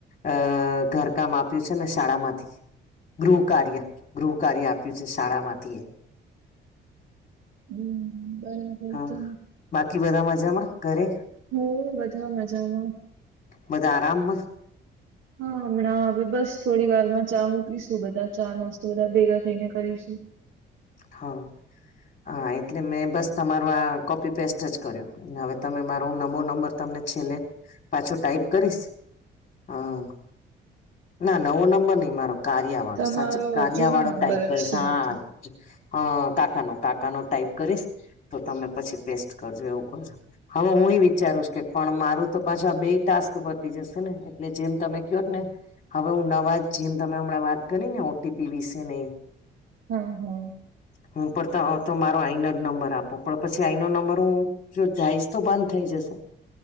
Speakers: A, on the left (about 40°); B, on the right (about 75°).
A: અ ઘરકામ આપ્યું છે ને, શાળા માંથી. ગૃહ કાર્ય, ગૃહ કાર્ય આપ્યું છે, શાળા માંથી એ
B: હમ, બરા
A: હા
B: તું
A: બાકી બધા મજામાં ઘરે?
B: હ, બધા મજામાં.
A: બધા આરામમાં.
B: હા, હમણાં હ બસ થોડી વાર માં ચા મૂકીશું, બધા ચા-નાસ્તો બધા ભેગા થઈને કરીશું.
A: હા, હા, એટલે મેં બસ, તમારું આ કોપી પેસ્ટ જ કર્યું. હવે તમે મારો નમો નંબર તમને છેલ્લે પાછો ટાઈપ કરીશ. હા, ના નવો નંબર નઈ મારો કાર્ય.
B: તમારો
A: સાચ, કાર
B: જૂનો
A: વાળો
B: નંબર
A: ટાઈપ કરી.
B: જ છે આ તો.
A: હા, કાકાનો, કાકાનો ટાઈપ કરીશ, તો તમે પછી પેસ્ટ કરજો, એવું કરજો. હવે હું એ વિચારુંશ કે, પણ મારું તો પાછા આ બે ટાસ્ક પતી જશે ને, એટલે જેમ તમે કહો ને. હવે હું નવાજ, જેમ તમે હમણાં વાત કરી ને, ઓટીપી વિશે ન
B: હા, હા.
A: હું પણ તો તો મારો આઈનો જ નંબર આપું, પણ પછી આઈ ન નંબર હું. જો જઈશ તો બંધ થઈ જશે,